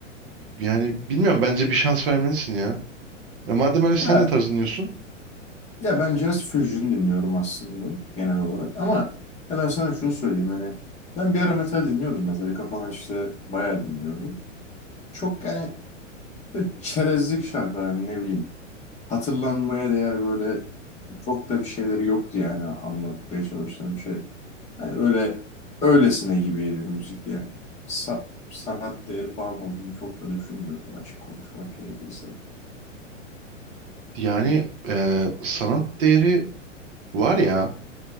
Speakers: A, on the right (about 45°); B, on the left (about 20°).
A: yani bilmiyorum. Bence bir şans vermelisin ya. E, madem öyle sen
B: Ya
A: de tarz dinliyorsun.
B: Ya ben Jazz Fusion dinliyorum aslında genel olarak ama ya ben sana şunu söyleyeyim hani ben bir ara metal dinliyordum. Metallica falan işte bayağı dinliyordum. Çok yani böyle çerezlik şarkılar yani ne bileyim hatırlanmaya değer böyle çok da bir şeyleri yoktu yani anlatmaya çalıştığım şey. Hani böyle öylesine gibiydi müzik yani. Sa- sanat değeri falan olduğunu çok da düşünmüyordum açık konuşmak gerekirse.
A: Yani e, sanat değeri var ya.